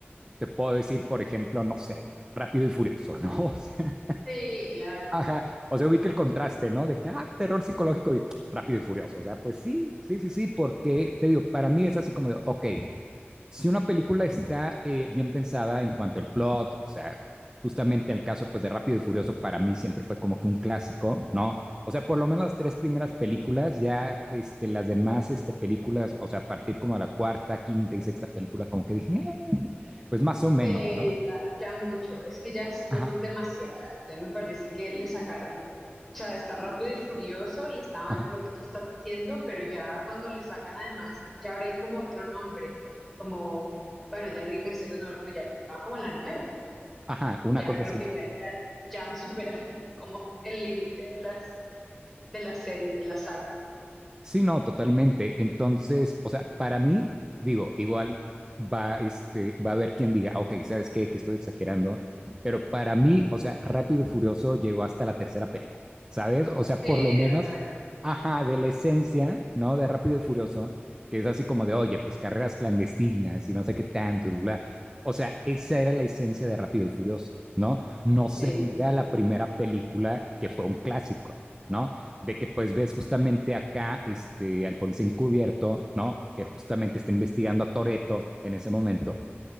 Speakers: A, on the right; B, in the centre.
A: te puedo decir, por ejemplo, no sé, Rápido y Furioso, ¿no? <laughs> O sea,
B: Sí, claro,
A: Ajá,
B: claro.
A: o sea, ubica el contraste, ¿no? De que, ah, terror psicológico y rápido y furioso. O sea, pues sí, sí, sí, sí, porque te digo, para mí es así como de, ok, si una película está eh, bien pensada en cuanto al plot, o sea, justamente en el caso pues de Rápido y Furioso para mí siempre fue como que un clásico, ¿no? O sea, por lo menos las tres primeras películas, ya este, las demás este, películas, o sea, a partir como de la cuarta, quinta y sexta película, como que dije, "Eh", pues más o menos,
B: Eh,
A: ¿no?
B: ya, ya mucho, es que ya, ya
A: Ajá,
B: son demasiadas, ya me parece que le sacaron, o sea, está rápido y furioso y estaban
A: ajá,
B: lo que tú estás diciendo, pero ya cuando le sacan además, ya ahora hay como otro nombre, como, bueno, ya no me sé los nombres, pero ya, ya van como en la nueve,
A: ajá, una
B: ya
A: cosa
B: creo
A: así.
B: que ya, ya, ya han superado <laughs> como el límite de las, de las series, de la saga.
A: Sí, no, totalmente. Entonces, o sea, para mí, digo, igual va, este, va a haber quien diga, ok, ¿sabes qué? Que estoy exagerando, pero para mí, o sea, Rápido y Furioso llegó hasta la tercera película, ¿sabes? O sea,
B: Sí,
A: por lo menos,
B: de acuerdo.
A: ajá, de la esencia, ¿no? De Rápido y Furioso, que es así como de, oye, pues carreras clandestinas y no sé qué tanto, bla, bla. O sea, esa era la esencia de Rápido y Furioso, ¿no? No se
B: Sí,
A: diga la primera película que fue un clásico. ¿no? de que pues ves justamente acá este, al policía encubierto, ¿no? Que justamente está investigando a Toreto en ese momento,